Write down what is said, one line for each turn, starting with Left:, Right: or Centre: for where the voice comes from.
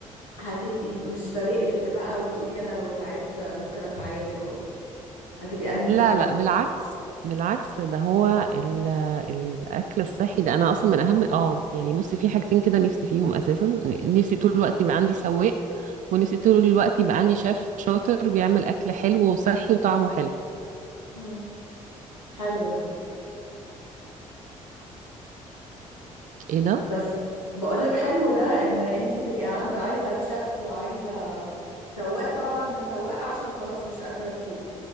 Left: هتبقي مش فارق لك بقى وتقولي انا لو تعبت ممكن اتعالج و- هتبقي انهي اتجاه
Right: لا لا بالعكس بالعكس ده هو ال- الاكل الصحي ده انا اصلا من اهم اه يعني بصي في حاجتين كده نفسي فيهم اساسا نفسي طول الوقت يبقى عندي سواق ونفسي طول
Left: مم.
Right: الوقت يبقى عندي شيف شاطر بيعمل اكل حلو وصحي وطعمه حلو
Left: مم. حلو ده
Right: ايه ده
Left: بس بقولك حلو ده ان انتي تبقي عند عايزة تشاف وعايزة سواق طبعا سواق عشان خلاص مش قادرة تسوقي